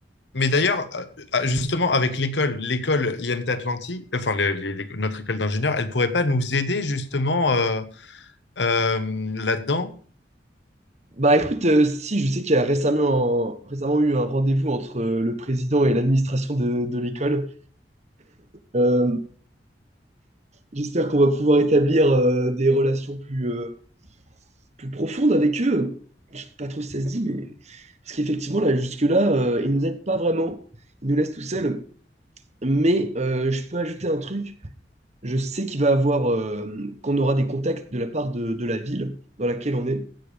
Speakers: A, on the left; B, on the right.
A: Mais d'ailleurs, euh, euh, justement, avec l'école, l'école IMT Atlantique, enfin le- les- les- notre école d'ingénieur, elle pourrait pas nous aider justement euh, euh, là-dedans.
B: Bah écoute, euh, si, je sais qu'il y a récemment, un- récemment eu un rendez-vous entre euh, le président et l'administration de, de l'école. Euh, j'espère qu'on va pouvoir établir euh, des relations plus, euh, plus profondes avec eux. Je sais pas trop si ça se dit, mais... Parce qu'effectivement, là, jusque-là, euh, ils nous aident pas vraiment. Ils nous laissent tout seuls. Mais euh, je peux ajouter un truc. Je sais qu'il va avoir, euh, qu'on aura des contacts de la part de, de la ville dans laquelle on est.